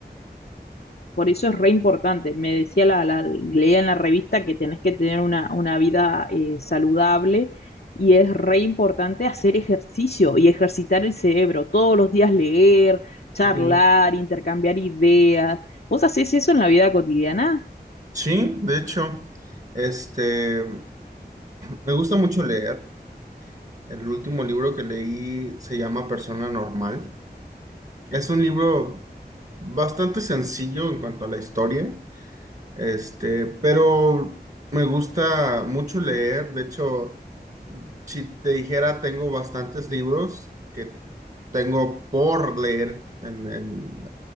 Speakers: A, on the left; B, on the right.
A: Por eso es re importante. Me decía la, la- leía en la revista que tenés que tener una, una vida eh, saludable y es re importante hacer ejercicio y ejercitar el cerebro. Todos los días leer, charlar,
B: Ujú.
A: intercambiar ideas. ¿Vos hacés eso en la vida cotidiana?
B: Sí, de hecho, este, me gusta mucho leer. El último libro que leí se llama Persona Normal. Es un libro bastante sencillo en cuanto a la historia, este, pero me gusta mucho leer. De hecho, si te dijera, tengo bastantes libros que tengo por leer en, en-